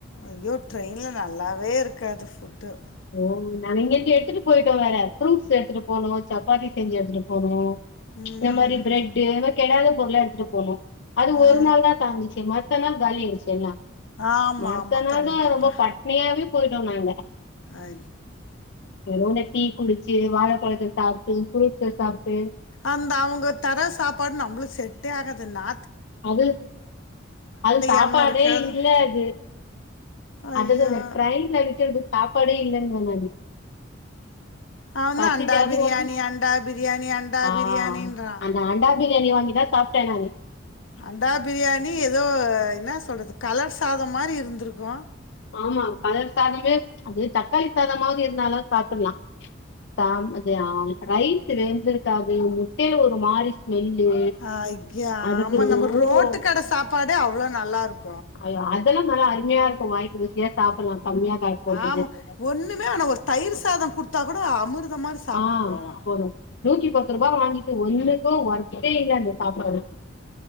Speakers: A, on the left; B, on the left.
A: ஐயோ ட்ரெயின்ல நல்லாவே இருக்காது ஃபுட்டு
B: ஓ நாங்க இங்கிருந்து எடுத்துட்டு போயிட்டோ வேற ஃப்ரூட்ஸ் எடுத்துட்டு போனோ சப்பாத்தி செஞ்சு எடுத்துட்டு போனோ
A: ம்
B: இந்த மாரி பிரெட் அது மாரி கெடாத பொருள்லா எடுத்துட்டு போனோ அது ஒரு
A: ஆ
B: நாள் தா தாங்கிச்சு மத்த நாள் காலியாயிருச்சி எல்லா
A: ஆமா
B: மத்த
A: ஆமா
B: நாள்
A: கண்டிப்பா
B: தா ரொம்ப பட்னியாவே போயிட்டோ நாங்க
A: ஐ,
B: வெறு இந்த டீ குடிச்சு வாழைப்பழத்த சாப்பிட்டு ஃப்ரூட்ஸ சாப்பிட்டு
A: அந்த அவங்க தர சாப்பாடு நம்ளுக்கு செட்டே ஆகாது நா
B: அது அது சாப்பாடே
A: எண்ணெய் இருக்காது
B: இல்ல அது
A: ஐயோ
B: அதாது அந்த ட்ரைன்ல விக்கிறது சாப்பாடே இல்லங்குற நானு.
A: அவந்தா
B: பசிக்காது
A: அண்டா பிரியாணி,
B: வாங்கி
A: அண்டா பிரியாணி, அண் டா
B: ஆ
A: பிரியாணின்றா
B: அந்த அண்டா பிரியாணி வாங்கிதா சாப்ட்டே நானு
A: அண்டா பிரியாணி ஏதோ என்ன சொல்றது கலர் சாதம் மாரி இருந்துருக்கு
B: ஆமா கலர் சாதமே அது தக்காளி சாதமாவது இருந்தாலு சாப்ட்றலா ச அது ஆ ரைஸ் வெந்துருக்காது முட்டையில ஒரு மாரி ஸ்மெல்லு
A: ஆ ஐய
B: அதுக்கு
A: ஆமா நம்ம
B: ஓ
A: ரோட்டு கடை சாப்பாடே அவ்வளவு நல்லா இருக்கும்
B: அயோ அதெல்லா நல்ல அருமயா இருக்கு வாய்க்கு ருசியா சாப்பட்லா கம்மியா காசு போட்டுட்டு
A: ஆமா ஒண்ணுமே வேணா ஒரு தயிர் சாதம் கொடுத்தா கூட அமிர்த மாரி சாப்ட்டு
B: ஆ
A: போலா
B: ஒரு நூத்தி பத்து ரூபா வாங்கிட்டு ஒண்ணுக்கு ஒர்த்தே இல்ல அந்த சாப்பாடு